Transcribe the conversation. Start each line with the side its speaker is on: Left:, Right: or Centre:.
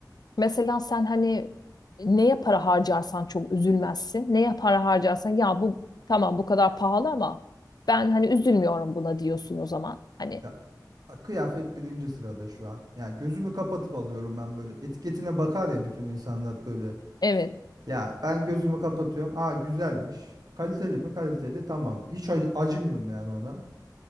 Left: mesela sen hani neye para harcarsan çok üzülmezsin. Neye para harcarsan ya bu tamam bu kadar pahalı ama ben hani üzülmüyorum buna diyorsun o zaman. Hani
Right: ya kıyafet birinci sırada şu an yani gözümü kapatıp alıyorum ben böyle etiketine bakar ya bütün insanlar böyle
Left: evet.
Right: ya ben gözümü kapatıyorum aa güzelmiş kaliteli mi kaliteli tamam hiç ac- acımıyorum yani ona